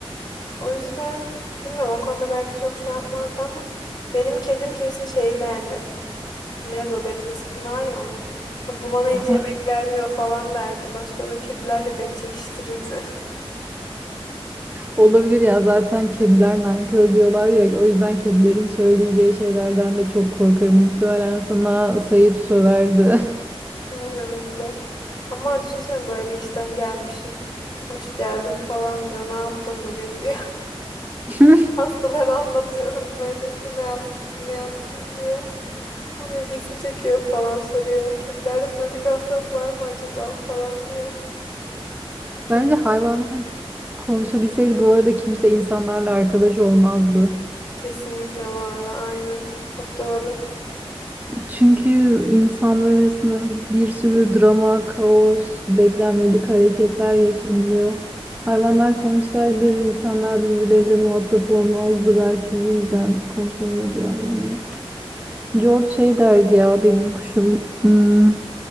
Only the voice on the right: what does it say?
<laughs>
Olabilir ya zaten kediler nankör diyorlar ya o yüzden kedilerin söyleyeceği şeylerden de çok korkarım. Muhtemelen sana sayıp söverdi.
<laughs>
Bence hayvanlar konuşabilseydi bu arada kimse insanlarla arkadaş olmazdı.
Çünkü insanlar arasında bir sürü drama, kaos, beklenmedik hareketler yaşanıyor. Hayvanlar konuşsaydı insanlar birbirleriyle muhatap olmazdı. Belki bu yüzden konuşamıyordu hayvanlar. George şey derdi ya benim kuşum. hmm,